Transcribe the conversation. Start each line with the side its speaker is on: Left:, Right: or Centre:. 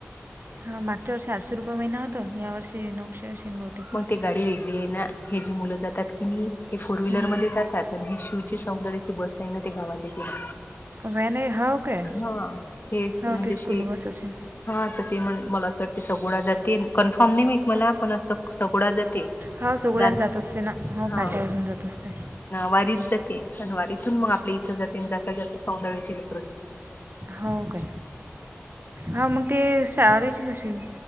Right: हा मागच्या वर्षी आठशे रुपये महिना होत या वर्षी नऊशे असेल बहुतेक
Left: मग ते गाडी वेगळी आहे ना हे जे मुलं जातात की नाही हे फोर व्हीलरमध्येध्ये
Right: हं, हं.
Left: जातात आणि हे शिवची सौंदर्याची बस आहे ना ते गावात येेते ना
Right: व्हॅन आहे हो काय
Left: हा हे
Right: हो
Left: म्हणजे
Right: ती स्कूल
Left: श
Right: बस असेल
Left: हा तर ते मण मला असं वाट सगोळा जाते कन्फर्म नाही माह मला पण असं सगोळा जाते
Right: हो सोगळ्याला
Left: द
Right: जात असते ना हो
Left: हा
Right: फाट्यावरून जात असते
Left: वारीच जाते अनवारी इथून मग आपल्या इथं जाते जात जात सौदळ्याचे ललेकरते
Right: हो काय हा मग ते शाचेच असशील